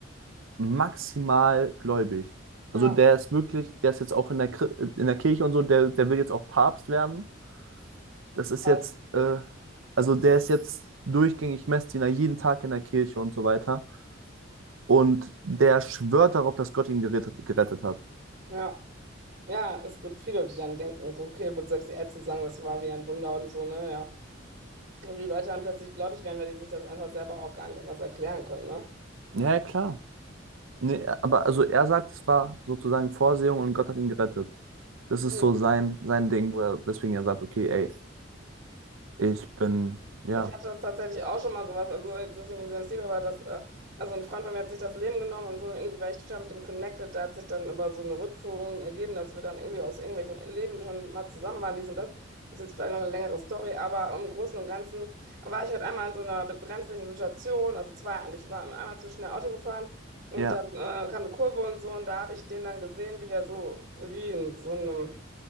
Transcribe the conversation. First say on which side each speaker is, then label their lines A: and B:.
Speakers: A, on the right; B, on the right.
A: maximal gläubig. Also
B: Ja,
A: der ist wirklich, der ist jetzt auch in der, Kri- in der Kirche und so, der, der will jetzt auch Papst werden. Das ist
B: krass.
A: jetzt, äh, also der ist jetzt durchgängig Messdiener, jeden Tag in der Kirche und so weiter. Und der schwört darauf, dass Gott ihn gerettet, gerettet hat.
B: ja. Ja, es gibt viele, die dann denken, so, okay, wird selbst die Ärzte sagen, das war wie ein Wunder und so, ne? Ja. Aber die Leute dann plötzlich glaube ich werden, weil die sich das einfach selber auch gar nicht anders erklären können, ne?
A: Ja, ja, klar. Nee, aber also er sagt, es war sozusagen Vorsehung und Gott hat ihn gerettet. Das ist
B: Mhm.
A: so sein, sein Ding, wo er, weswegen er sagt, okay, ey, ich bin, ja,
B: Ich hatte das tatsächlich auch schon mal sowas, also jetzt nicht in demselben Stil, aber das, äh, also ein Freund von mir hat sich das Leben genommen und so, und irgendwie war ich total mit dem connected, da hat sich dann über so eine Rückführung ergeben, dass wir dann irgendwie aus irgendwelchen Leben schon mal zusammen waren, dies und das. Das ist jetzt vielleicht noch eine längere Story, aber im Großen und Ganzen war ich halt einmal in so einer brenzlichen Situation, also zwei eigentlich, ich war einmal zu schnell Auto gefahren und
A: ja,
B: dann äh, kam eine Kurve und so und da habe ich den dann gesehen, wie der so, wie in so einem